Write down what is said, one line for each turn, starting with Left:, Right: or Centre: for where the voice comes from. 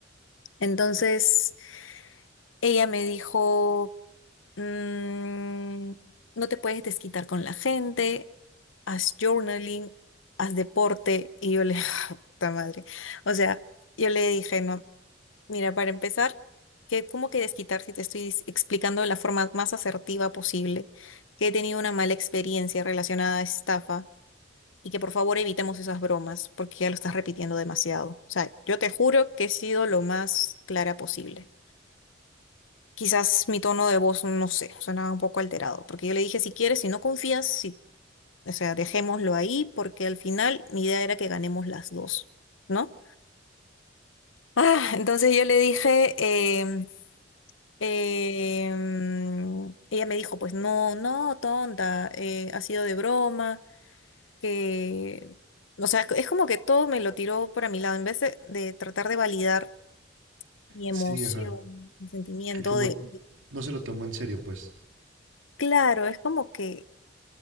Left: Entonces, ella me dijo, "Mm, no te puedes desquitar con la gente, haz journaling, haz deporte. Y yo le, <laughs> puta madre. O sea, yo le dije, no, mira, para empezar, que ¿cómo que desquitar si te estoy explicando de la forma más asertiva posible que he tenido una mala experiencia relacionada a estafa? y que por favor evitemos esas bromas porque ya lo estás repitiendo demasiado. O sea, yo te juro que he sido lo más clara posible. Quizás mi tono de voz, no sé, sonaba un poco alterado, porque yo le dije, si quieres, si no confías, si, o sea, dejémoslo ahí, porque al final mi idea era que ganemos las dos, ¿no? Ah, entonces yo le dije, em, em, ella me dijo, pues no, no, tonta, eh, ha sido de broma. que, o sea, es como que todo me lo tiró para mi lado, en vez de, de tratar de validar mi
Right: Sí,
Left: emoción,
Right: ajá.
Left: mi sentimiento,
Right: Que como
Left: de, de-
Right: no se lo tomó en serio, pues.
Left: claro, es como que